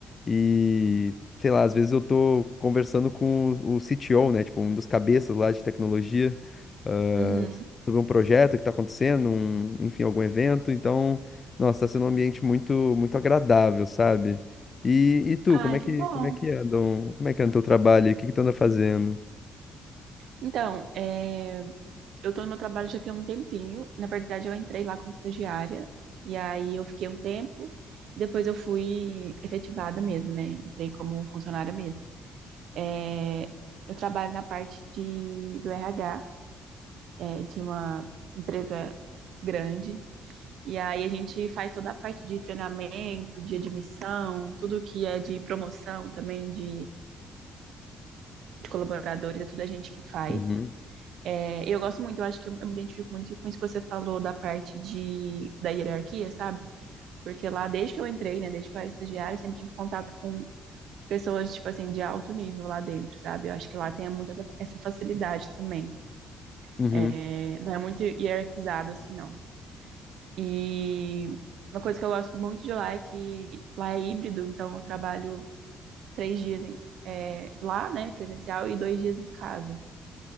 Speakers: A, on the left; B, on the right.
A: e, sei lá, às vezes eu tô conversando com o, o CTO, né, tipo, um dos cabeças lá de tecnologia, ah,
B: Uhum.
A: sobre um projeto que tá acontecendo, um- enfim, algum evento, então, nossa, tá sendo um ambiente muito, muito agradável, sabe? E, e tu,
B: Ah,
A: como é
B: que
A: que,
B: bom.
A: como é que anda, um- como é que anda o teu trabalho? O que que tu anda fazendo?
B: Então, é, eu tô no meu trabalho já tem um tempinho. Na verdade, eu entrei lá como estagiária, e aí eu fiquei um tempo, depois eu fui efetivada mesmo, né? Entrei como funcionária mesmo. É, eu trabalho na parte de, do RH, é, de uma empresa grande. E aí a gente faz toda a parte de treinamento, de admissão, tudo que é de promoção também, de, de colaboradores, é tudo a gente que faz.
A: Uhum,
B: É, eu gosto muito, eu acho que eu, eu me identifico muito com isso que você falou da parte de, da hierarquia, sabe? Porque lá, desde que eu entrei, né, desde que eu era estagiária, eu sempre tive contato com pessoas, tipo assim, de alto nível lá dentro, sabe? Eu acho que lá tem muito essa, essa facilidade também.
A: uhum,
B: É, não é muito hierarquizado, assim, não. E uma coisa que eu gosto muito de lá é que lá é híbrido, então eu trabalho três dias em- é, lá, né, presencial, e dois dias em casa.